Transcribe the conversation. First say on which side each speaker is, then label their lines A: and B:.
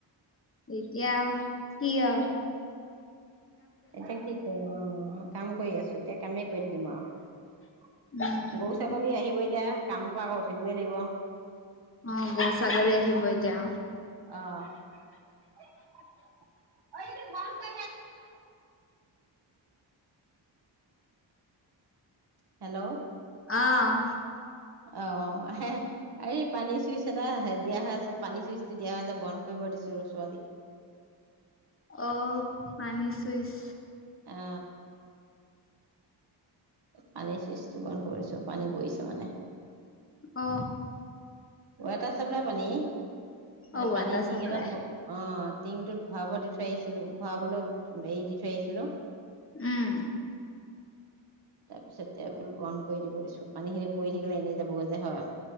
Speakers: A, on the left; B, on the right.
A: এতিয়া কি অ
B: এতিয়া কি ক অ কাম কৰি আছে এতিয়া কামেই কৰি থাকিম আৰু
A: উম
B: গৰু ছাগলী আহিব এতিয়া কামৰ পৰা আকৌ উঠিবই লাগিব
A: অ গৰু ছাগলী আহিব এতিয়া
B: অ হেল্ল'
A: আহ
B: অ হে এই পানীৰ চুইচ এটা দিয়া হৈ পানী চুইচটো দিয়া হয় যে বন্ধ কৰিব দিছো ৰ ছোৱালীক
A: অ পানী ছুইছ
B: অ পানীৰ চুইচটো বন্ধ কৰিছো পানী বৈছে মানে
A: অ
B: এটা চাবলা পানী মানে
A: অ ৱাটাৰ
B: পানী টিং
A: চাপ্লাই
B: এটাত অ টিংটোত ভআব দি থৈ আহিছিলো ভোৱাবলৈ এই দি থৈ আহিছিলো
A: উম
B: তাৰপিছত তেতিয়া বোলো বন্ধ কৰি দিব দিছো পানী খিনি পৰি থাকিলে এনেই যাবগৈ যে হয়